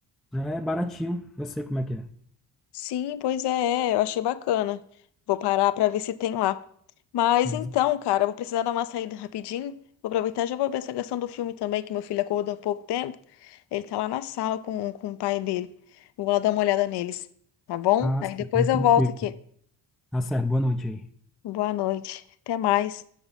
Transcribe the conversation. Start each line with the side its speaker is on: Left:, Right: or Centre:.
Centre: é baratinho, eu sei como é que é.
Left: Sim, pois é, é, eu achei bacana. Vou parar pra ver se tem lá. Mas
Centre: Pois,
Left: então,
Centre: é.
Left: cara, eu vou precisar dar uma saída rapidinho. Vou aproveitar e já vou ver essa questão do filme também, que meu filho acordou há pouco tempo. Ele tá lá na sala com, com o pai dele. Eu Vou lá dar uma olhada neles, tá bom?
Centre: ah,
Left: Aí
Centre: sim,
Left: depois eu
Centre: tranquilo.
Left: volto aqui.
Centre: Tá certo, boa noite aí.
Left: Boa noite. Até mais.